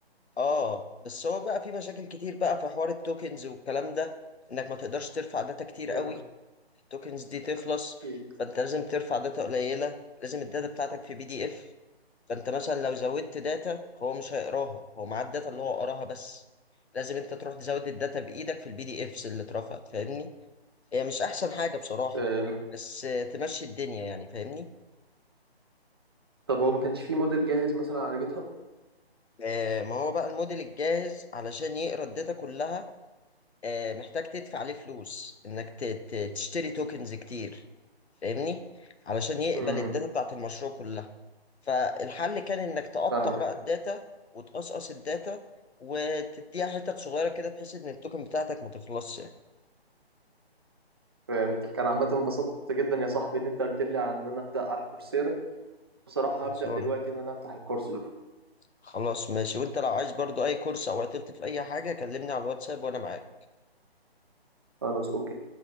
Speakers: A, on the left; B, on the right.
A: اه بس هو بقى في مشاكل كتير بقى في حوار التوكنز والكلام ده انك ما تقدرش ترفع داتا كتير
B: آه،
A: قوي التوكنز دي تخلص
B: اكيد
A: فانت لازم ترفع داتا قليله لازم الداتا بتاعتك في بي دي اف فانت مثلا لو زودت داتا هو مش هيقراها هو معاه الداتا اللي هو قراها بس لازم انت تروح تزود الداتا بايدك في البي دي افس اللي اترفعت فاهمني هي مش احسن حاجه بصراحه
B: آم،
A: بس آه، تمشي الدنيا يعني فاهمني
B: طب هو ما كانش فيه موديل جاهز مثلا على جيت هاب؟
A: آه، ما هو بقى الموديل الجاهز علشان يقرا الداتا كلها آه، محتاج تدفع عليه فلوس انك ت- ت- تشتري توكنز كتير فاهمني علشان يقبل
B: امم
A: الداتا بتاعت المشروع كلها فالحل كان انك تقطع
B: فاهمك
A: بقى الداتا وتقصقص الداتا وتديها حتت صغيره كده بحيث ان التوكن بتاعتك ما تخلصش يعني
B: فهمت كان عامة انبسطت جدا يا صاحبي ان انت قلت لي عن ان انا ابدا على كورسيرا بصراحة
A: خلصان.
B: هبدا دلوقتي ان انا افتح الكورس ده
A: خلاص ماشي وانت لو عايز برضو اي كورس او عطلت في اي حاجه كلمني على الواتساب وانا معاك
B: خلاص اوكي